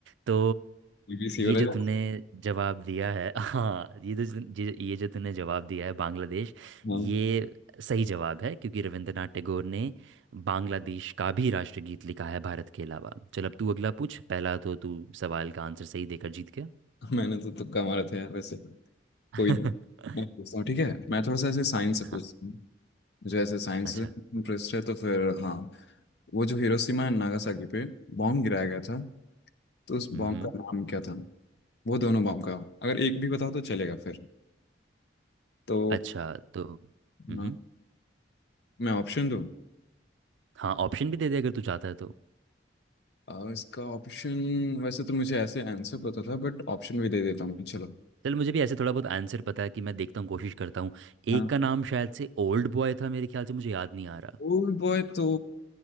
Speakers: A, on the right; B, on the left.
A: तो
B: <laughs> BBC हो
A: ये
B: रहा
A: जो
B: है
A: तूने जवाब दिया है <laughs> हाँ ये तो ये ये जो तूने जवाब दिया है बांग्लादेश
B: हाँ
A: ये सही जवाब है क्योंकि रविंद्रनाथ टैगोर ने बांग्लादेश का भी राष्ट्रगीत लिखा है भारत के अलावा चल अब तू अगला पूछ पहला तो तू सवाल का आंसर सही देकर जीत गया
B: मैंने तो तुक्का मारा था यार वैसे कोई
A: <laughs>
B: नहीं मैं पूछता हूँ ठीक है मैं थोड़ा सा ऐसे साइंस से पूछता
A: हाँ
B: हूँ मुझे ऐसे साइंस
A: अच्छा
B: से इंटरेस्ट है तो फिर हाँ वो जो हिरोशिमा एंड नागासाकी पे बॉम्ब गिराया गया था तो उस बॉम्ब
A: हम्म हम्म,
B: का नाम क्या था वो दोनों बॉम्ब का अगर एक भी बताओ तो चलेगा फिर तो
A: अच्छा तो हम्म हम्म,
B: हाँ, मैं ऑप्शन दूँ
A: हाँ ऑप्शन भी दे दे अगर तू चाहता है तो
B: आ, इसका ऑप्शन वैसे तो मुझे ऐसे आंसर पता था बट ऑप्शन भी दे देता हूँ मैं, चलो
A: चल मुझे भी ऐसे थोड़ा बहुत आंसर पता है कि मैं देखता हूँ कोशिश करता हूँ एक
B: हाँ
A: का नाम शायद से ओल्ड बॉय था मेरे ख्याल से मुझे याद नहीं आ रहा
B: ओल्ड बॉय तो